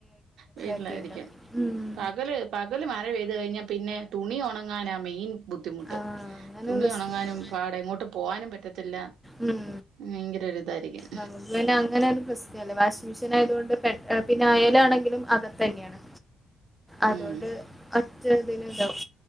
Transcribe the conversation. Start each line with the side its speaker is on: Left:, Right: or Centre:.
Right: വീട്ടിലായിരിക്കും,
Centre: എത്തിണ്ടാവും ഉം
Right: പകല് പകല് മഴ പെയ്ത് കഴിഞ്ഞാ പിന്നെ തുണി ഉണങ്ങാനാ മെയിൻ ബുദ്ധിമുട്ട്
Centre: ആഹ് അങ്ങനെ
Right: തുണി
Centre: പ്രശ്നണ്ട്
Right: ഉണങ്ങാനും പാടെ എങ്ങോട്ടും പോകാനും പറ്റത്തില്ല.
Centre: ഉം
Right: ഭയങ്കര ഒരിതായിരിക്കും
Centre: നമുക്ക് പിന്നെ അങ്ങനെ ഒരു പ്രശ്നല്ല. വാഷിംഗ്‌ മനുഷ്യനായതു കൊണ്ട് പെ എഹ്, പിന്നെ ഏലാണെങ്കിലും അതെ - തന്നെയാണ് അതുകൊണ്ട്
Right: ഉം
Centre: ഒക്കെ എന്തേലും ഉണ്ടാവും